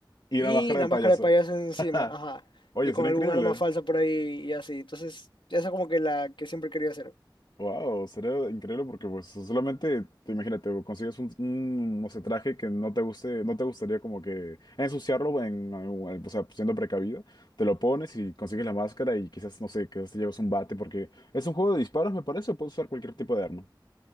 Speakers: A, on the left; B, on the left.
A: Y
B: y
A: la máscara
B: la
A: de
B: máscara
A: payaso.
B: de payaso encima,
A: <laughs>
B: ajá.
A: Oye,
B: Y con
A: sería
B: algún
A: increíble.
B: arma falsa por ahí y así. Entonces, esa es como que la que siempre quería hacer.
A: Wow, sería increíble porque pues solamente, te imagínate, o consigues un, un, no sé, traje que no te guste, no te gustaría como que ensuciarlo en, en- o sea, siendo precavido, te lo pones y consigues la máscara y quizás, no sé, quizás te llevas un bate porque es un juego de disparos, me parece, o puedes usar cualquier tipo de arma.